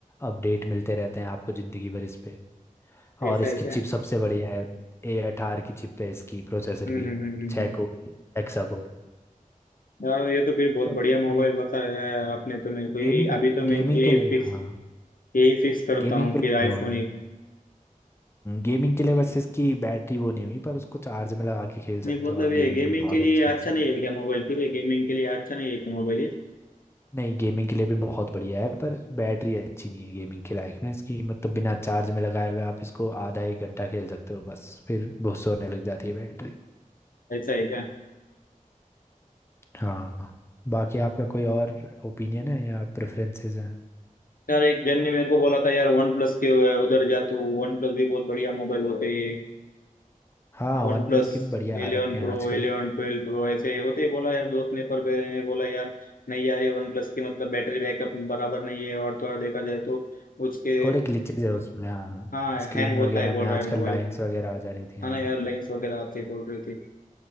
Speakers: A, on the left; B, on the left.
A: अपडेट मिलते रहते हैं आपको ज़िंदगी भर इस पे
B: ऐसा
A: और इसकी
B: है क्या
A: चिप सबसे बढ़िया है ए अठारह की चिप है इसकी प्रोसेसर
B: हम्म
A: की
B: हम्म हम्म हम्म,
A: छः
B: हम्म।
A: कोर की हेक्सा कोर
B: यार ये तो फिर बहुत
A: तो
B: बढ़िया मोबाइल
A: गेम
B: बताया है आपने तो मेरे को यही
A: गेमिंग
B: अभी तो मैं
A: गेमिंग
B: यही
A: के लिए
B: फिक्स
A: हाँ
B: यही फिक्स करता
A: गेमिंग
B: हूँ
A: के लिए
B: फिर आईफोन
A: नहीं हुआ है।
B: ही
A: गेमिंग के लिए वैसे इसकी बैटरी वो नहीं हुई पर उसको चार्ज में लगा के खेल
B: नहीं
A: सकते
B: मतलब
A: हो आप
B: ये
A: गेमिंग
B: गेमिंग
A: भी बहुत
B: के लिए
A: अच्छी
B: अच्छा
A: मजे
B: नहीं है क्या मोबाइल फिर ये गेमिंग के लिए अच्छा नहीं है क्या मोबाइल ये
A: नहीं गेमिंग के लिए भी बहुत बढ़िया है पर बैटरी अच्छी नहीं है गेमिंग के लायक ना इसकी मतलब बिना चार्ज में लगाए हुए आप इसको आधा एक घंटा खेल सकते हो बस फिर बहुत होने लग जाती है बैटरी
B: ऐसा है क्या
A: हाँ बाकी आपका कोई और ओपिनियन है या प्रेफरेंसेस हैं
B: यार एक जन ने मेरे को बोला था यार वन प्लस के उधर जा तू वन प्लस भी बहुत बढ़िया मोबाइल होते हैं
A: हाँ
B: वन
A: वन
B: प्लस
A: प्लस के भी बढ़िया
B: एलेवन
A: आ रखे
B: प्रो
A: हैं आजकल
B: एलेवन ट्वेल्व प्रो ऐसे होते ही बोला यार दोस्त ने पर पहले ने बोला यार नहीं यार ये वन प्लस की मतलब बैटरी बैकअप बराबर नहीं है और थोड़ा देखा जाए तो उसके
A: थोड़े ग्लिचेज है उसमें हाँ
B: हाँ
A: स्क्रीन
B: हैंग होता
A: वगैरह
B: है बोल
A: में आजकल
B: रहा है मोबाइल
A: लाइंस वगैरह आ जा रही थी हाँ
B: है ना यार लाइन्स वगैरह आती है बोल रही थी